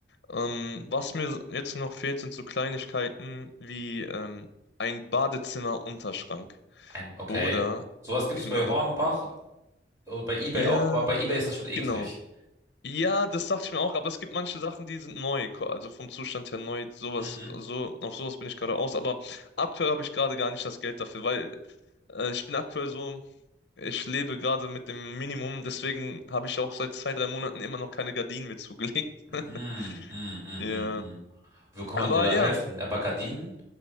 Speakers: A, on the left; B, on the right.
A: Ähm, was mir jetzt noch fehlt, sind so Kleinigkeiten wie ähm, ein Badezimmerunterschrank.
B: Ein, okay.
A: Oder,
B: Sowas gibt's
A: genau,
B: bei Hornbach, äh, bei eBay
A: ja,
B: auch, aber bei eBay ist das schon eklig.
A: genau. Ja, das dachte ich mir auch, aber es gibt manche Sachen, die sind neu, ko- also vom Zustand her neu, sowas,
B: Mhm.
A: so, auf sowas bin ich gerade aus, aber aktuell habe ich gerade gar nicht das Geld dafür, weil äh, ich bin aktuell so, ich lebe gerade mit dem Minimum, deswegen habe ich auch seit zwei, drei Monaten immer noch keine Gardinen mir zugelegt.
B: Mhm,
A: <laughs>
B: mhm, mhm,
A: Ja.
B: mhm. Wie kann
A: Aber
B: man dir da
A: ja,
B: helfen? Aber Gardinen?